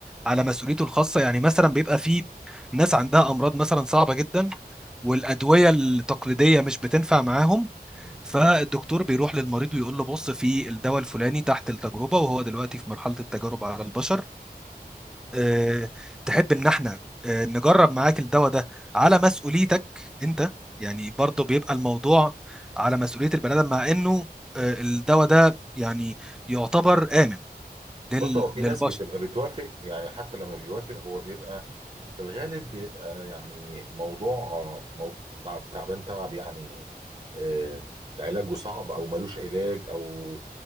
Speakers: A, in the centre; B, on the right (about 40°).
A: على مسؤوليته الخاصه يعني مثلا بيبقى في ناس عندها امراض مثلا صعبه جدا والادويه التقليديه مش بتنفع معاهم
B: مم.
A: فالدكتور بيروح للمريض ويقول له بص في الدواء الفلاني تحت التجربة وهو دلوقتي في مرحلة التجارب على البشر أه تحب ان احنا أه نجرب معاك الدواء ده على مسؤوليتك انت يعني برضه بيبقى الموضوع على مسؤولية البني آدم مع انه أه الدواء ده يعني يعتبر آمن لل-
B: بص هو في
A: للبشر
B: ناس بتبقى بتوافق يعني حتى لما بيوافق هو بيبقى في الغالب بيبقى يعني موضوع موضوع تعب- تعبان تعب يعني آه، علاجه صعب او ملوش علاج او